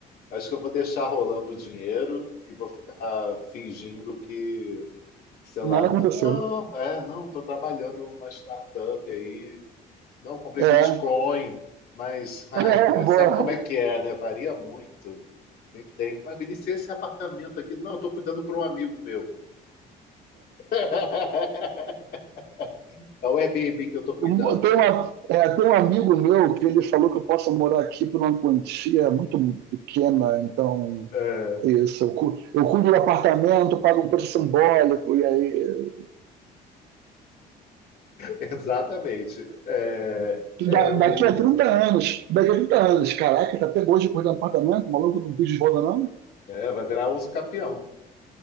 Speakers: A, on the left (about 65°); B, on the right (about 80°).
A: Acho que eu vou deixar rolando o dinheiro e vou ficar fingindo que, sei lá,
B: Nada
A: não,
B: aconteceu.
A: é, não, tô trabalhando numa startup aí, não, comprei
B: É,
A: Bitcoin,
B: <laughs>
A: mas, ai,
B: é
A: né,
B: boa.
A: sabe como é
B: Um-
A: que é, né? Varia muito, nem tem. Mas, Vinícius, esse apartamento aqui, não, eu tô cuidando para um amigo meu. <laughs> É o Airbnb que eu tô cuidando.
B: Tem, uma, é, tem um amigo meu que ele falou que eu posso morar aqui por uma quantia muito pequena, então
A: É.
B: é isso. Eu, cu- eu cuido do apartamento, pago um preço simbólico, e aí.
A: Exatamente. É, é,
B: da-
A: o,
B: daqui a 30 anos, daqui a trinta anos, caraca, tá até hoje cuidando do apartamento, o maluco não pediu de volta, não?
A: é, vai virar uso capião.